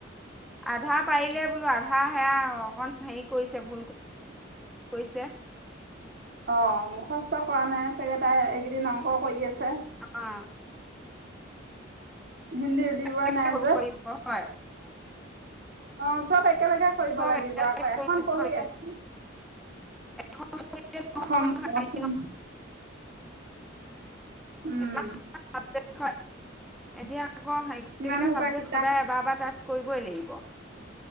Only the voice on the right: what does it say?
অঁ, মুখস্থ কৰা নাই চাগেটাই, এইকেইদিন অংকৰ কৰি আছে হ <inaudible>
হিন্দীল ইোৱা
নাইজ।
অ' চব একেলগে কৰিব
লাগিব
আকৌ,
এখন পঢ়ি
এখন
অসম,
অসম, অসম উম।
ইমান
সোপা
কিতাপ